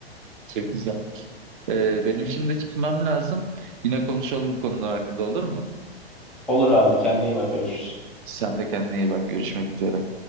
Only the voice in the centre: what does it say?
Olur abi kendine iyi bak görüşürüz.